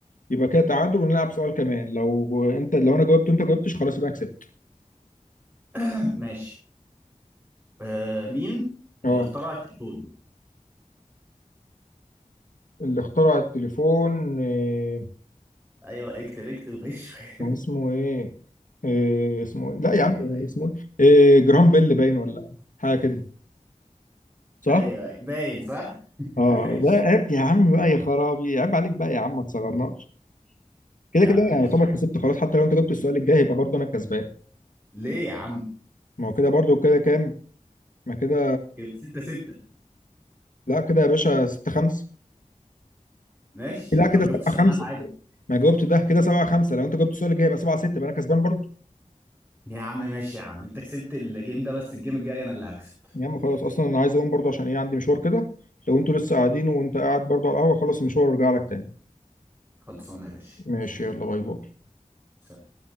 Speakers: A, on the left; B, on the right.
A: يبقى كده تعادل ونلعب سؤال كمان لو انت لو انا جاوبت وانت جاوبتش خلاص يبقى أنا كسبت
B: <clears throat> ماشي آه مين
A: اه
B: اللي اخترع التليفون
A: اللي اخترع التليفون آه،
B: ايوه اكتب اكتب غش
A: كان اسمه
B: <laughs>
A: ايه إيه اسمه إيه؟ لا يا
B: ايوه
A: عم
B: ايوه
A: اسمه ايه إيه، جرام بيل باين ولا حاجه كده صح
B: ايوه أيوة. باين صح <laughs>
A: اه
B: ماشي
A: ده عيب يا عم بقى يا خرابي عيب عليك بقى يا عم ما تصغرناش كده
B: يا
A: كده
B: عم ماشي
A: يعني يعتبر
B: يا عم
A: كسبت خلاص حتى لو انت جبت السؤال الجاي يبقى برضه انا الكسبان
B: ليه يا عم
A: ما هو كده برضه كده كام ما كده
B: كده ستة ستة
A: لا كده يا باشا 6 5
B: ماشي
A: لا كده
B: لو جبت سؤال
A: 7 5
B: بقى عادي
A: ما جاوبت ده كده 7 5 لو انت جبت السؤال الجاي يبقى 7 6 يبقى انا كسبان برضه
B: يا عم ماشي يا عم انت كسبت الجيم ده بس الجيم الجاي انا اللي هكسب
A: يا عم خلاص اصلا انا عايز اقوم برضه عشان ايه عندي مشوار كده لو انتوا لسه قاعدين وانت قاعد برضه على القهوه خلص المشوار وارجع لك تاني
B: خلصانه يا باشا
A: ماشي يلا باي باي
B: سلام.